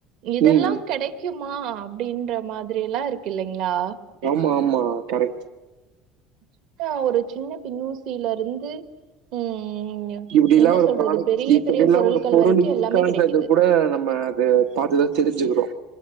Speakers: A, on the right; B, on the right.
A: இதெல்லா
B: ம்
A: கெடைக்குமா அப்டின்ற மாதிரியெல்லா இருக்கு இல்லைங்களா
B: ஆமா ஆமா கரெக்ட்
A: சிக்கா ஒரு சின்ன பின்னூசில இருந்து ம்
B: இப்புடிலா
A: என்ன
B: ஒரு
A: சொல்றது
B: ப்ராடெக்ட்
A: பெரிய
B: இப்படில்லா
A: பெரிய பொருட்கள்
B: ஒரு பொருள்
A: வரைக்கு
B: இருக்கான்றது
A: எல்லாமே கெடைக்குது
B: கூட நம்ம அது பாத்துதா தெரிஞ்சுக்கிறோ